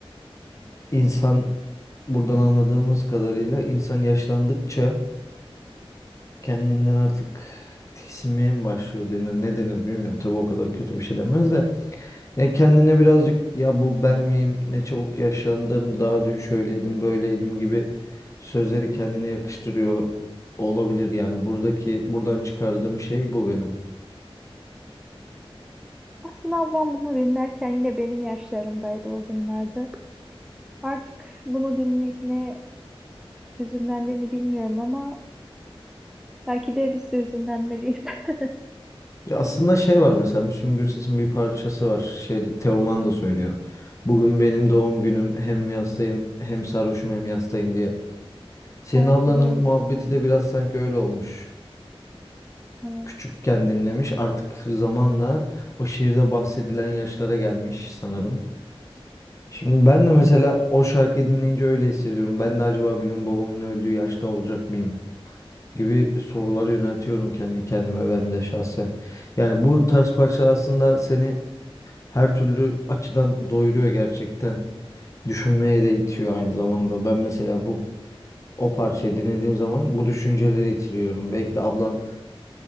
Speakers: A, on the left; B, in the centre.
A: insan buradan anladığımız kadarıyla insan yaşlandıkça kendinden artık tiksinmeye mi başlıyor denir ne denir bilmiyorum. Tabii o kadar kötü bir şey denmez de. Ne kendine birazcık ya bu ben miyim ne çabuk yaşlandım daha dün şöyleydim böyleydim gibi sözleri kendine yakıştırıyor olabilir yani. Buradaki buradan çıkardığım şey bu benim.
B: Aslında ablam bunu dinlerken yine benim yaşlarımdaydı o günlerde. Artık bunu dinleyip ne hüzünlendiğini bilmiyorum ama belki de biz de hüzünlenmeliyiz. <laughs>
A: Ya aslında şey var mesela Müslüm Gürses'in bir parçası var. Şey Teoman da söylüyor. Bugün benim doğum günüm hem yastayım hem sarhoşum hem yastayım diye. Senin
B: Evet
A: ablanın
B: biliyorum.
A: muhabbeti de biraz sanki öyle olmuş.
B: Onu
A: Küçükken dinlemiş artık zamanla o şiirde bahsedilen yaşlara gelmiş sanırım. Şimdi ben de mesela o şarkıyı dinleyince öyle hissediyorum. Ben de acaba bir gün babamın öldüğü yaşta olacak mıyım? gibi soruları yöneltiyorum kendi kendime ben de şahsen. Yani bu tarz parça aslında seni her türlü açıdan doyuruyor gerçekten. Düşünmeye de itiyor aynı zamanda. Ben mesela bu o parçayı dinlediğim zaman bu düşünceleri itiriyorum. Belki de ablan